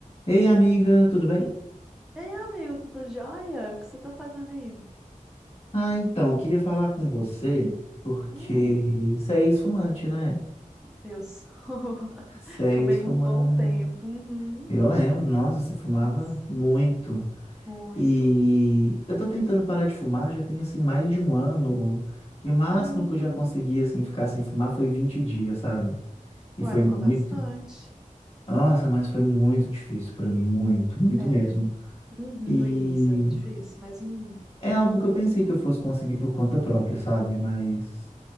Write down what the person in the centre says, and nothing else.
Ei, amigo, tudo jóia? O que você tá fazendo aí?
Hum,
eu sou. <laughs>
Fumei
um bom tempo. Uhum.
Nossa,
muito.
Hum.
Uai,
ficou
bastante.
É,
uhum,
no início é muito difícil, mas. Hum.